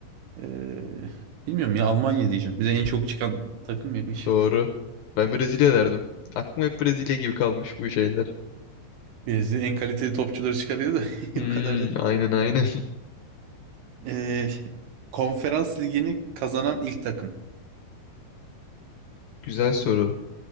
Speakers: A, on the right; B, on the left.
A: Ee, bilmiyorum ya Almanya diyeceğim. Bize en çok çıkan takım yemiş.
B: Doğru. Ben Brezilya derdim. Aklıma hep Brezilya gibi kalmış bu şeyler.
A: Brezilya en kaliteli topçuları çıkarıyor da <laughs>
B: Hmm,
A: o kadar da.
B: aynen aynen.
A: Ee, Konferans ligini kazanan ilk takım.
B: <laughs> Güzel soru.